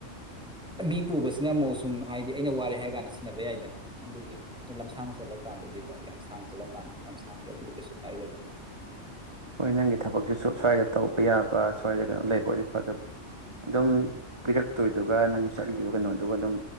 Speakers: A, in the centre; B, on the right (about 25°).
A: ꯃꯤ ꯄꯨꯕꯁ ꯁꯤꯅꯝꯃꯑꯣ ꯁꯨꯝ ꯍꯥꯏꯗꯤ ꯑꯩꯅ ꯋꯥꯔꯦ ꯍꯥꯏꯔ ꯀꯥꯟꯗ ꯁꯤꯟꯅꯕ ꯌꯥꯏꯗꯅ ꯑꯗꯨꯒꯤꯅꯤ ꯂꯝꯁꯥꯡ ꯆꯠꯂ ꯀꯥꯟꯗꯗꯤꯀꯣ ꯌꯥꯝ ꯁꯥꯡꯅ ꯆꯠꯂ ꯀꯥꯟꯗꯗꯤ ꯌꯥꯝ ꯁꯥꯡꯗ꯭ꯔꯕꯨꯗꯤ ꯀꯩꯁꯨ ꯀꯥꯏꯗꯕ
B: ꯍꯣꯏ ꯅꯪꯒꯤ ꯊꯕꯛꯁꯨ ꯁ꯭ꯋꯥꯏꯗ ꯇꯧꯕ ꯌꯥꯕ ꯁ꯭ꯋꯥꯏꯗ ꯀꯩꯅꯣ ꯂꯩꯕ ꯑꯣꯏꯗꯤ ꯐ ꯑꯗꯨꯕ ꯑꯗꯨꯝ ꯄꯤꯔꯛꯇꯣꯏꯗꯨꯒ ꯅꯪ ꯆꯠꯂꯤꯕ ꯀꯩꯅꯣꯗꯨꯒ ꯑꯗꯨꯝ